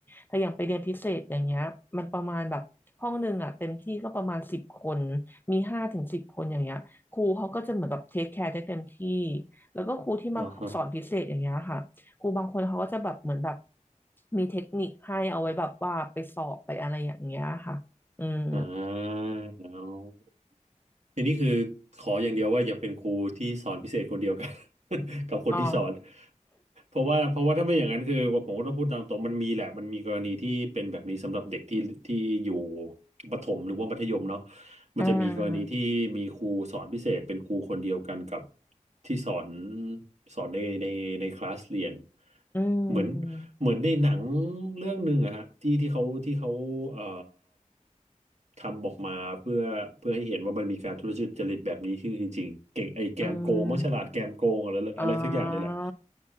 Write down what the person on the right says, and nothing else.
อ่าฮะ
อ่า ทีนี้คือขออย่างเดียวว่าอย่าเป็นครูที่สอนพิเศษคนเดียวกัน <laughs> กับคนที่สอน
เพราะว่าเพราะว่าถ้าไม่อย่างนั้นคือผมก็ต้องพูดตามตรงมันมีแหละมันมีกรณีที่เป็นแบบนี้สำหรับเด็กที่ที่อยู่ประถมหรือว่ามัธยมเนาะ
มันจะมีกรณีที่มีครูสอนพิเศษเป็นครูคนเดียวกันกับ
ที่สอนสอนในในในคลาสเรียน
เหมือน เหมือนในหนังเรื่องหนึ่งอะฮะที่ที่เขาที่เขาเอ่อทำออกมาเพื่อเพื่อให้เห็นว่ามันมีการทุจริตแบบนี้ขึ้นจริงๆเก่งไอ้แกมโกงมังฉลาดแกมโกงอะไรอะไรสักอย่างนี่แหละ